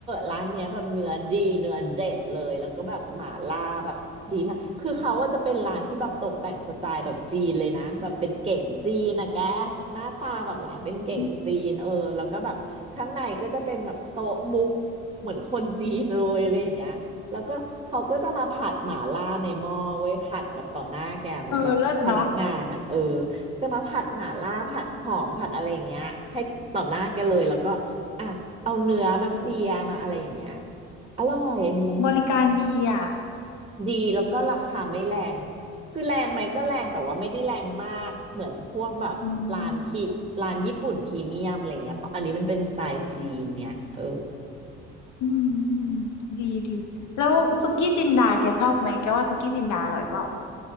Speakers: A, on the right (about 20°); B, on the left (about 60°).
A: ร้านเนี้ยแบบเนื้อดีเนื้อเด็ดเลยแล้วก็แบบหม่าล่าแบบดีมาก คือเขาว่าจะเป็นร้านที่แบบตกแต่งสไตล์แบบจีนเลยนะแบบเป็นเก๋งจีนนะแกหน้าตาแบบร้านเป็นเก๋งจีนเออแล้วก็แบบข้างในก็จะเป็นแบบโต๊ะมุก
B: อืม
A: เหมือนคนจีนเลยอะไรอย่างเงี้ยแล้วก็เขาก็จะมาผัดหม่าล่าในหม้อเว้ยผัดแบบต่อหน้าแกเหมือนแบบพนักงานอ่ะเออ
B: เออเลิศเนาะ
A: จะมาผัดหม่าล่าผัดหอมผัดอะไรอย่างเงี้ยให้ต่อหน้าแกเลยแล้วก็ อ่ะเอาเนื้อมาเสียมาอะไรอย่างเงี้ย
B: อ
A: อร่อยอันนี้
B: บริการดีอ่ะ
A: ดีแล้วก็ราคาไม่แรงคือแรงไหมก็แรงแต่ว่าไม่ได้แรงมากเหมือนพวกแบบร้านพี่ร้านญี่ปุ่นพรีเมียมอะไรเงี้ยเพราะอันนี้มันเป็นสไตล์จีนเนี่ยเออ
B: อืมอืมอืมดีดีแล้วซุกี้จินดาแกชอบไหมแกว่าซุกี้จินดาอร่อยเปล่า